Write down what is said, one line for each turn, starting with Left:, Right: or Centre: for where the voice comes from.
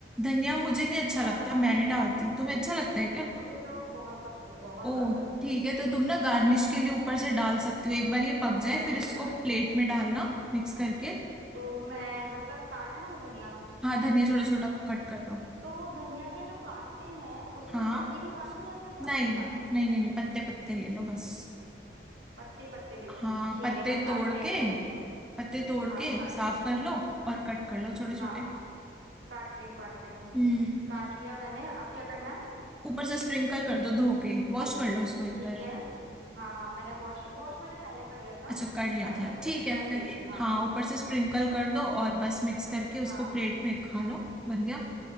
Centre: धनिया मुझे नहीं अच्छा
Right: और मैं
Centre: लगता
Right: डाल
Centre: मैं
Right: लूं
Centre: नहीं डालती तुम्हें अच्छा लगता है क्या
Right: मुझे तो बहुत पसंद है बहुत
Centre: ओ
Right: ज्यादा
Centre: ठीक है तो तुम ना गार्निश के लिए ऊपर से डाल सकती हो एक बार ये पक
Right: धनिया
Centre: जाए
Right: का
Centre: फिर इसको
Right: पत्ता
Centre: प्लेट में डालना मिक्स करके
Right: तो मैं जब तक काट लूं धनिया
Centre: हाँ धनिया छोटा छोटा कट कर लो
Right: तो धनिया के जो काटते हैं उसमें
Centre: हाँ
Right: डंडी भी काटूं या सिर्फ पत्ते
Centre: नहीं
Right: काटूं
Centre: नहीं नहीं नहीं पत्ते पत्ते ले लो बस
Right: पत्ते पत्ते ले
Centre: हाँ
Right: लूं ठीक
Centre: पत्ते
Right: है मैं
Centre: तोड़
Right: काट रही
Centre: के
Right: हूँ
Centre: पत्ते तोड़
Right: हाँ
Centre: के
Right: काट
Centre: साफ
Right: रही हूँ
Centre: कर लो और कट कर लो छोटे छोटे
Right: हाँ काट रही हूँ काट रही हूँ
Centre: हम्म
Right: काट लिया मैंने अब क्या करना है
Centre: ऊपर से स्प्रिंकल कर दो धो के वॉश कर लो इसको एक
Right: ठीक
Centre: बार
Right: है हाँ हाँ मैंने वॉश वॉश मैंने पहले कर लिया था
Centre: अच्छा कर लिया
Right: अब मैं
Centre: था
Right: उस
Centre: ठीक
Right: पर छिड़क
Centre: है फिर
Right: दे रही हूँ हाँ
Centre: हाँ ऊपर से स्प्रिंकल कर दो और बस मिक्स करके उसको
Right: हाँ
Centre: प्लेट में खा लो बन गया